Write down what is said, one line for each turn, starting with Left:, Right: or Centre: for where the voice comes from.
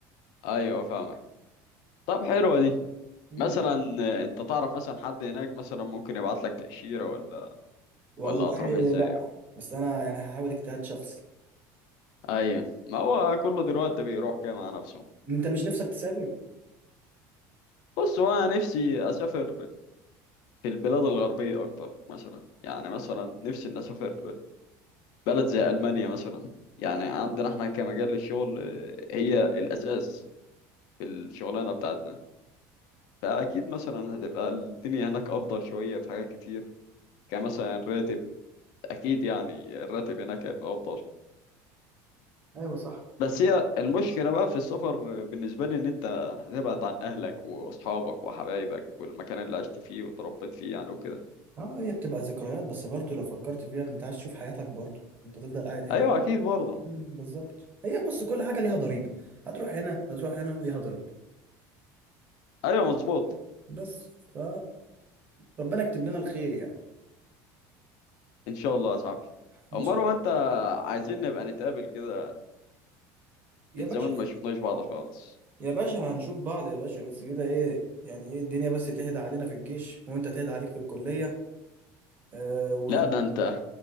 Left: ايوه فاهمك طب حلوه دي
Right: مم.
Left: مثلا آه، انت تعرف مثلا حد هناك مثلا ممكن يبعت لك تأشيرة ولا
Right: والله
Left: ولا هتروح ازاي
Right: لا
Left: ولا
Right: بس انا انا هحاول اجتهاد شخصي
Left: ايوه ما هو كله دلوقتي بيروح كده مع نفسه
Right: انت مش نفسك تسافر
Left: بص هو انا نفسي اسافر في البلاد الغربيه اكتر مثلا يعني مثلا نفسي ان اسافر بلد زي المانيا مثلا يعني عندنا احنا كمجال الشغل هي الاساس في الشغلانه بتاعتنا فاكيد مثلا هتبقى الدنيا هناك افضل شويه في حاجات كتير كمثلا الراتب اكيد يعني الراتب هناك هيبقى افضل
Right: ايوه صح
Left: بس هي المشكلة بقى في السفر بالنسبة لي إن أنت هتبعد عن أهلك وأصحابك وحبايبك والمكان اللي عشت فيه وتربيت فيه يعني وكده
Right: اه هي بتبقى ذكريات بس برضو لو فكرت فيها انت عايز تشوف حياتك برضو انت تفضل قاعد هنا
Left: أيوه أكيد برضه
Right: مم، بالظبط هي بص كل حاجة ليها ضريبة هتروح هنا هتروح هنا ليها ضريبة
Left: أيوه مظبوط
Right: بس ف ربنا يكتب لنا الخير يعني
Left: إن شاء الله يا صاحبي
Right: ان
Left: أمال
Right: شاء الله
Left: هو أنت عايزين نبقى نتقابل كده
Right: يا
Left: من
Right: باشا
Left: زمان ما شفناش بعض خالص
Right: يا باشا هنشوف بعض يا باشا بس كده ايه يعني ايه الدنيا بس تهدى علينا في الجيش وانت تهدى عليك في الكلية آه وهن...
Left: لا ده أنت